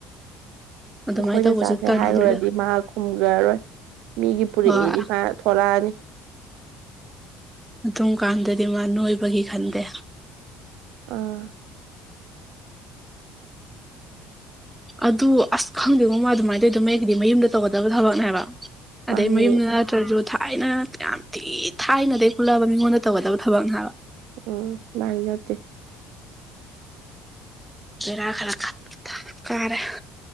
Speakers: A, in the centre; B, on the right.
A: ꯑꯗꯨꯃꯥꯏꯅ
B: ꯑꯩꯈꯣꯏꯅ
A: ꯇꯧꯕꯁꯨ
B: ꯆꯥꯁꯦ
A: ꯇꯜꯂꯤꯗ
B: ꯍꯥꯏꯔꯨꯔꯗꯤ ꯃꯥ ꯈꯨꯝꯈ꯭ꯔꯔꯣꯏ ꯃꯤꯒꯤ ꯄꯨꯔꯛꯏꯗꯤ
A: ꯍꯣꯏ
B: ꯃꯥ ꯊꯣꯛꯣꯂꯛꯑꯅꯤ
A: ꯑꯗꯨ ꯀꯥꯟꯗꯗꯤ ꯃꯥ ꯅꯣꯏꯕꯒꯤ ꯈꯟꯗꯦ
B: ꯑꯥ
A: ꯑꯗꯨ ꯑꯁ ꯈꯪꯗꯦ ꯃꯃ ꯑꯗꯨꯃꯥꯏꯅ ꯇꯧꯋꯗ ꯃ ꯑꯩꯒꯤꯗꯤ ꯃꯌꯨꯝꯗ ꯇꯧꯒꯗꯕ ꯊꯕꯛꯅꯦꯕ ꯑꯗꯩ
B: ꯃꯥꯅꯤ
A: ꯃꯌꯨꯝꯗ ꯅꯠꯇ꯭ꯔꯁꯨ ꯊꯥꯏꯅ ꯌꯥꯝ ꯊꯤ ꯊꯥꯏꯅꯗꯒꯤ ꯈꯨꯜꯂꯛꯑꯕ ꯃꯤꯉꯣꯟꯗ ꯇꯧꯒꯗꯕ ꯊꯕꯛꯅꯦ ꯍꯥꯏꯕ
B: ꯎꯝ ꯂꯔ ꯅꯗꯤꯦ
A: ꯔꯥ ꯈꯔ ꯈ ꯀꯔꯦ